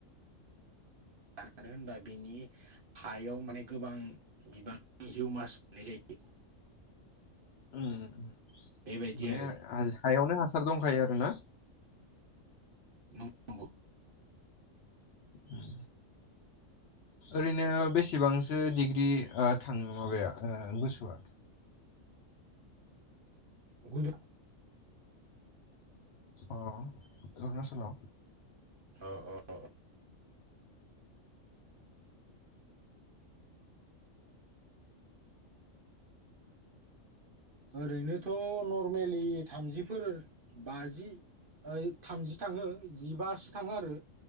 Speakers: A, on the right; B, on the left.
A: मानो होनबा बिनि हायाव माने गोबां बिबांनि हिउमास मोननाय जायो।
B: ओम
A: बेबायदि
B: माने
A: आरो
B: आजो हायावनो हासार दंखायो आरो ना?
A: नंगौ नंगौ।
B: ओम ओरैनो बेसेबांसो डिग्रि ओ थाङो माबाया ओ गुसुआ?
A: गुदुं
B: अ अरुणाचलाव
A: अ अ अ ओरैनोथ' नर्मेलि थामजिफोर बाजि ओइ थामजि थाङो जिबासो थाङो आरो।